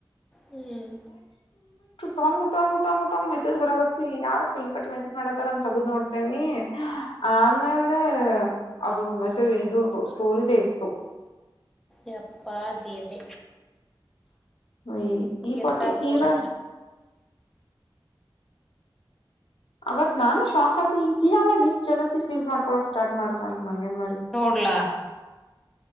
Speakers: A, in the centre; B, on the left.
A: ಹ್ಮ್
B: ಟಂಗುಟ ಗುಟಂಗುಟಂಗ ರ ಯಾರಪ್ಪ ಈ ಪಟ್ಟಿ ಮೆಸೇಜ್ ಮಾಡತಾರ ಅಂತ ತಗೊಂಡ್ ನೋಡ್ತೇನಿ ಆಮೇಲೆ ಅದು ಮೆಸೇಜ್ ಇದರ್ದುು ಸ್ಟೋರ್ ಇದೇ ಇತ್ತು
A: ಯಪ್ಪಾ ದೇವ್ರೇ
B: ಈ ಈ
A: ಯ್ತರ
B: ಪಾಟಿ ತೀರಾ
A: ನೋಡು
B: ಅವತ್ ನಾನು ಶಾಕ್ ಆದ ಆಾವಾಗ ಇಷ್ಟ ಜಲಸಿ ಫೀಲ್ ಮಾಡ್ಕೊಕ್ ಸ್ಟಾರ್ಟ್ ಮಾಡ್ತ ಅಂತ ಮಂಗನ್ಮಾರ
A: ನೋಡ್ಲಾ